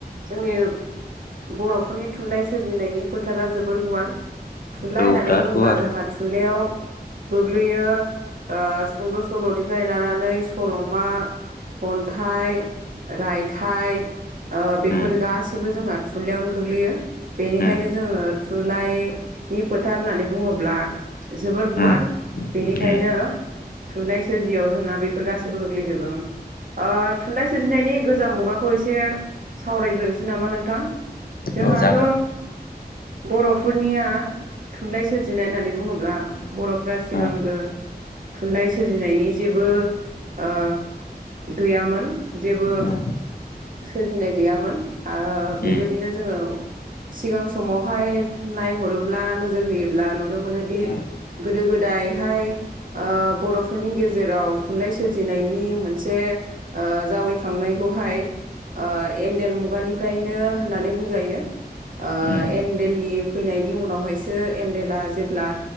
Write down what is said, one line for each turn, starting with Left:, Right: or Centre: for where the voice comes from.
Right: जोंनि बर'फोरनि थुनलाइ सोरजिनायनि फोथारा जोबोर गुवार थुनलाइ
Left: औ
Right: होननानै
Left: बिराद
Right: बुङोब्ला
Left: गुवार
Right: जोंहा थुनलाइयाव गोग्लैयो ओ सुंद' सल'निफ्राय लानानै सल'मा खन्थाइ रायथाइ ओ बेफोर
Left: उम
Right: गासैबो जोंहा थुनलाइयावनो गोग्लैयो बेनिखायनो
Left: उम
Right: जोङो थुनलाइनि फोथार होननानै बुङोब्ला जोबोर गुवार
Left: उम
Right: बेनिखायनो
Left: उम
Right: थुनलाइ सोरजियाव जोंहा बेफोर गासिबो गोग्लैजोबो ओ थुनलाइ सोरजिनायनि गोजाम मुगाखौ एसे सावरायग्रोनोसै नामा नोंथां। जोंहाथ'
Left: औ जागोन
Right: बर'फोरनिया थुनलाइ सोर जिनाय होननानै बुङोब्ला बर'फ्रा सिगांगोर
Left: उम
Right: थुनलाइ सोरजिनायनि जेबो ओ गैयामोन जेबो
Left: उम
Right: सोरजिनाय गैयामोन ओ बेबायदिनो
Left: उम
Right: जोङो सिगां समावहाय नायहरोब्ला नोजोर होयोब्ला नुनो मोनोदि
Left: उम
Right: गोदो गोदायहाय ओ बर'फोरनि गेजेराव थुनलाइ सोरजिनायनि मोनसे ओ जावरिखांनायखौहाय ओ एनडेल मुगानिफ्रायनो होननानै बुंजायो। ओ
Left: उम
Right: एनडेलनि फैनायनि उनावहायसो एनडेला जेब्ला